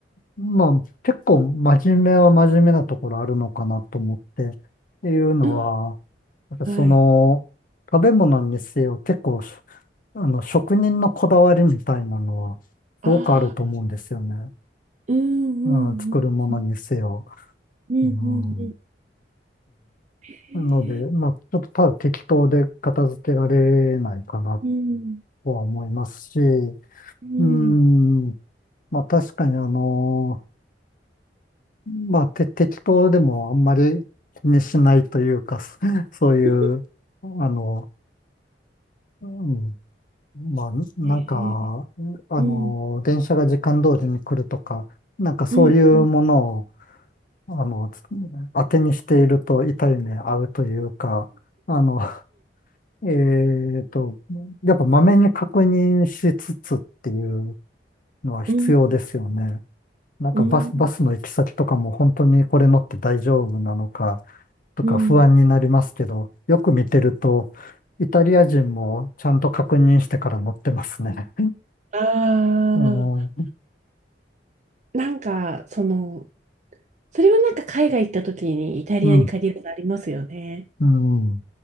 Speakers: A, on the left (about 50°); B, on the right (about 45°).
A: ーまあ、結構真面目は真面目なところあるのかなと思って、っていうのは、
B: うん。
A: なんかその、
B: はい。
A: 食べ物にせよ、結構、あの、職人のこだわりみたいなのは、
B: ああ、
A: すごくあると思うんですよね。
B: うん
A: うん、
B: うんうん
A: 作るものにせよ。
B: うんう
A: うん、
B: んうん。
A: うん。
B: へえ
A: なので、まあ、ちょっとただ適当で片付けられないかな
B: うん
A: とは思いますし、
B: うん
A: うん、まあ確かにあの、まあて適当でもあんまり気にしないというか、そそういう、
B: へ
A: あの、うんまあ、なんか、
B: え
A: あの、
B: うん
A: 電車が時間通りに来るとか、なんかそういうものを、
B: うんうん
A: あの、当てにしていると痛い目合うというか、あの、<laughs> えっと、やっぱまめに確認しつつっていうのは必要ですよね。
B: うん
A: なんかバス、
B: うん
A: バスの行き先とかも本当にこれ乗って大丈夫なのかとか不安になりますけど、
B: うん
A: よく見てると、イタリア人もちゃんと確認してから乗ってますね。
B: ああ、
A: あー
B: なんか、その、それはなんか海外行った時にイタリアに限るのありますよね。
A: うん、うん。